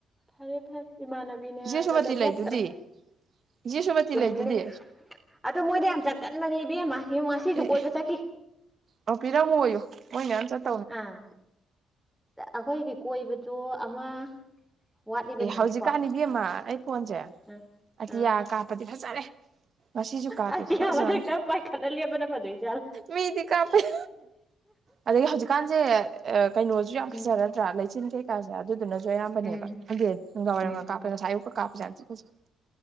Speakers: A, in the centre; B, on the right.
A: ꯐꯔꯦ ꯐꯔꯦ ꯏꯃꯥꯟꯅꯕ ꯃꯤꯅꯦ
B: ꯏꯆꯦ
A: ꯍꯥꯏꯕꯗ
B: ꯁꯨꯃꯇꯤ ꯂꯩꯗꯨꯗꯤ
A: ꯅꯣꯞꯇ꯭ꯔꯦ
B: ꯏꯆꯦ ꯁꯨꯃꯇꯤ
A: ꯆꯨꯝꯃꯤꯅꯦ
B: ꯂꯩꯗꯨꯗꯤ
A: ꯑꯗꯣ ꯃꯣꯏꯗꯤ ꯌꯥꯝ ꯆꯠꯀꯟꯕꯅꯦ ꯏꯕꯦꯝꯃ ꯌꯦꯉ ꯉꯁꯤꯁꯨ
B: ꯑꯦ
A: ꯀꯣꯏꯕ ꯆꯠꯈꯤ
B: ꯑꯣ ꯄꯤꯔꯝꯃꯨ ꯑꯣꯏꯌꯨ ꯃꯣꯏ ꯃꯌꯥꯝ ꯆꯠ
A: ꯑꯥ ꯑꯩꯈꯣꯏꯗꯤ ꯀꯣꯏꯕꯗꯣ ꯑꯃ ꯋꯥꯠꯂꯤꯕꯅꯤꯅꯦꯀꯣ
B: ꯑꯦ ꯍꯧꯖꯤꯛꯀꯥꯟꯅꯤ ꯏꯕꯤꯃ ꯑꯩ ꯐꯣꯟꯁꯦ
A: ꯎꯝ
B: ꯑꯇꯤꯌꯥ
A: ꯎꯝ
B: ꯀꯥꯞꯄꯗꯤ ꯐꯖꯔꯦ꯫ ꯉꯁꯤꯁꯨ ꯀꯥꯞꯄꯦ
A: ꯑꯇꯤꯌꯥ
B: ꯈꯨꯐꯖꯥ
A: ꯃꯊꯛꯇ
B: ꯑꯃꯥ
A: ꯄꯥꯏꯈꯠꯂ ꯂꯦꯞꯄꯅ ꯐꯗꯣꯏ ꯖꯥꯠꯂꯣ
B: ꯃꯤꯗꯤ ꯀꯥꯞꯄꯩ ꯑꯗꯒꯤ ꯍꯧꯖꯤꯛꯀꯥꯟꯁꯦ ꯀꯩꯅꯣꯁꯨ ꯌꯥꯝ
A: ꯎꯝ
B: ꯐꯖꯔ ꯅꯠꯇ꯭ꯔꯥ ꯂꯩꯆꯤꯟ ꯀꯩꯀꯥꯁꯦ ꯑꯗꯨꯗꯨꯅꯁꯨ ꯑꯌꯥꯝꯕꯅꯦꯕ
A: ꯎꯝ
B: ꯍꯟꯗꯦꯟ ꯅꯨꯡꯗꯥꯡ ꯋꯥꯏꯔꯝꯒ
A: ꯎꯝ
B: ꯀꯥꯞꯄꯒ ꯉꯁꯥꯏ ꯑꯌꯨꯛꯀ ꯀꯥꯞꯁꯦ ꯌꯥꯝ ꯐꯖꯩ ꯫